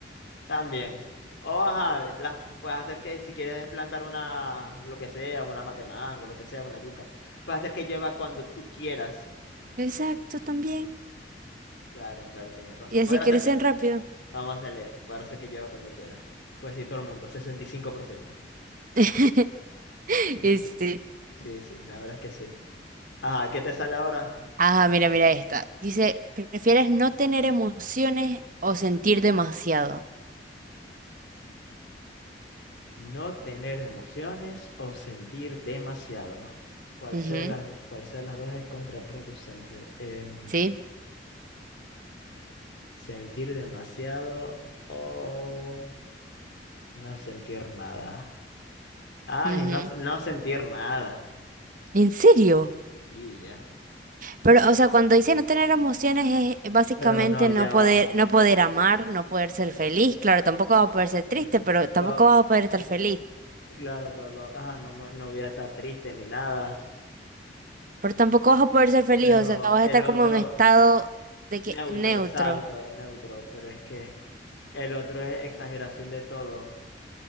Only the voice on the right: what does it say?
<laughs> Exacto, también.
Y así
crecen
rápido.
<laughs>
Y
sí.
Ajá, mira, mira esta. Dice, ¿prefieres no tener emociones o sentir demasiado?
Ujú,
Sí.
ujú.
¿En serio?
Pero, o sea, cuando dice no tener emociones es básicamente
no poder,
no poder amar, no poder ser feliz. Claro, tampoco vas a poder ser triste,
pero tampoco
vas a poder estar
feliz.
Pero tampoco vas a poder ser feliz,
o sea, vas
a estar
como en un estado de que
neutro.